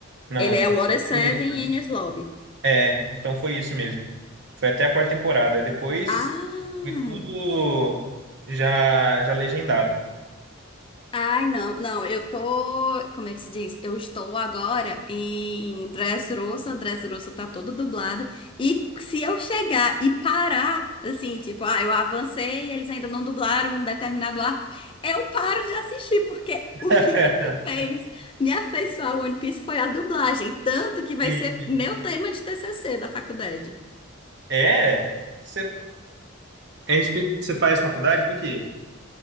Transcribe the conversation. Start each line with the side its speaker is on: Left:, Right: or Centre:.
Right: Não.
Left: Ele é Water Seven
Right: Por isso.
Left: e Enies Lobby.
Right: É, então foi isso mesmo. Foi até a quarta temporada. Depois
Left: Ah!
Right: foi tudo já, já legendado.
Left: Ai, não. Não, eu tô. Como é que se diz? Eu estou agora em Dressrosa. Dressrosa tá todo dublado. E se eu chegar e parar, assim, tipo, ah, eu avancei e eles ainda não dublaram um determinado arco, eu paro de assistir, porque o
Right: <laughs>
Left: que me fez me afeiçoar ao One Piece foi a dublagem. Tanto que vai
Right: E-
Left: ser meu tema de TCC da faculdade.
Right: É, você é respe- você faz faculdade do quê?